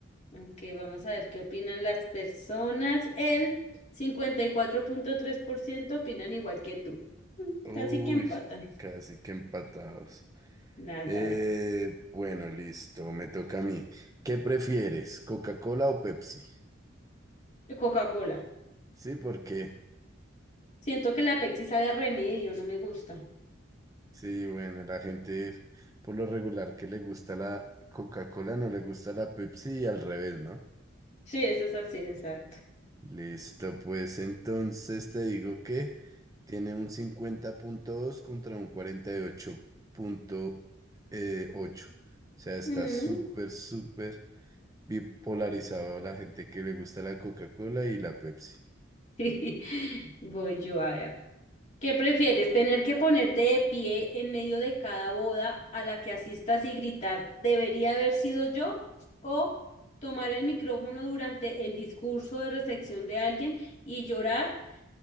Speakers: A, on the left; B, on the right.
A: Ok, vamos a ver qué opinan las personas. El cincuenta y cuatro punto tres por ciento opinan igual que tú. Mm,
B: Uy,
A: Casi que empatan.
B: casi que empatados.
A: Nada,
B: Eh, bueno, listo, me toca a mí. ¿Qué prefieres, Coca-Cola o Pepsi?
A: Coca-Cola.
B: Sí, ¿por qué?
A: Siento que la Pepsi sabe a remedio, no me gusta.
B: Sí, bueno, la gente por lo regular que le gusta la Coca-Cola no le gusta la Pepsi y al revés, ¿no?
A: Sí, eso es así, exacto.
B: Listo, pues entonces te digo que... Tiene un 50.2 contra un 48.8. O sea, está
A: Mm.
B: súper, súper bipolarizado la gente que le gusta la Coca-Cola y la Pepsi.
A: <laughs> Voy yo a ver. ¿Qué prefieres? ¿Tener que ponerte de pie en medio de cada boda a la que asistas y gritar, debería haber sido yo? ¿O tomar el micrófono durante el discurso de recepción de alguien y llorar